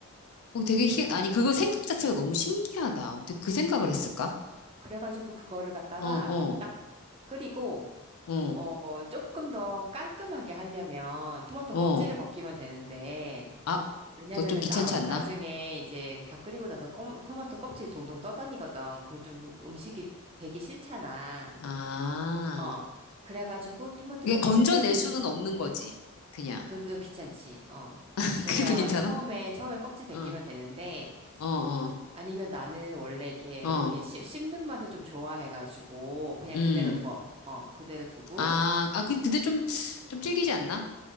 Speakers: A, on the left; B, on the right.
A: 어, 되게 희, 아니, 그거 생각 자체가 너무 신기하다. 어떻게 그 생각을
B: 음,
A: 했을까?
B: 그래가지고 그거를 갖다가
A: 어, 어,
B: 딱 끓이고,
A: 어,
B: 어, 조금 더 깔끔하게 하려면 토마토
A: 어.
B: 껍질을 벗기면 되는데,
A: 아,
B: 왜냐면은
A: 그거 좀 귀찮지
B: 나,
A: 않나?
B: 나중에 이제 다 끓이고 나서 껌, 토마토 껍질 동동 떠다니거든. 그걸 좀 음식이 배기 싫잖아.
A: 아.
B: 어. 그래가지고 토마토
A: 이게
B: 껍질을,
A: 건져낼 수는 없는 거지. 그냥.
B: 그것도 귀찮지. 어.
A: <laughs>
B: 그래서
A: 그게 더 귀찮아?
B: 처음에, 처음에 껍질 벗기면
A: 어,
B: 되는데,
A: 어, 어,
B: 아니면 나는 원래 이렇게,
A: 어.
B: 이렇게 씹, 씹는 맛을 좀 좋아해가지고, 그냥
A: 음.
B: 그대로 둬. 어, 그대로 두고,
A: 아, 아, 그- 근데 좀, 좀 질기지 않나?